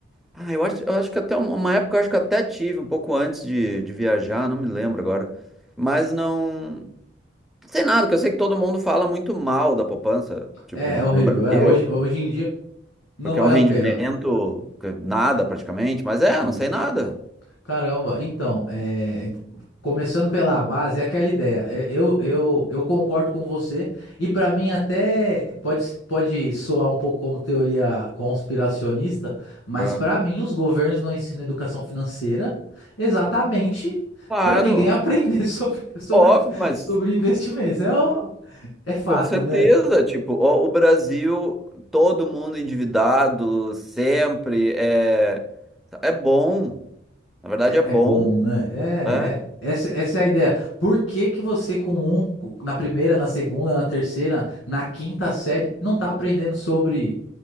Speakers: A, in the centre; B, on the left (about 85°).
A: Ah, eu acho, eu acho que até uma uma época eu acho que eu até tive, um pouco antes de, de viajar, não me lembro agora. Mas não. Sei nada, porque eu sei que todo mundo fala muito mal da poupança, tipo,
B: É,
A: no,
B: é horrível.
A: no Brasil,
B: É, hoje, hoje em dia não
A: porque
B: vale
A: é um rendimento
B: a pena.
A: que nada praticamente, mas é,
B: É.
A: não sei nada.
B: Caramba, então, é, começando pela base, é aquela ideia. É, Eu, eu, eu concordo com você, e para mim até pode, pode soar um pouco como teoria conspiracionista, mas
A: É.
B: para mim os governos não ensinam educação financeira exatamente
A: Claro.
B: para ninguém aprender <laughs> sobre, sobre,
A: Óbvio, mas
B: sobre investimentos. É, um- é fato,
A: Com certeza,
B: né?
A: tipo, o, o Brasil, todo mundo endividado, sempre é, é bom, na verdade
B: É
A: é bom,
B: é bom, né? É, é.
A: né?
B: Essa, essa é a ideia. Por que que você com um, co- na primeira, na segunda, na terceira, na quinta série, não tá aprendendo sobre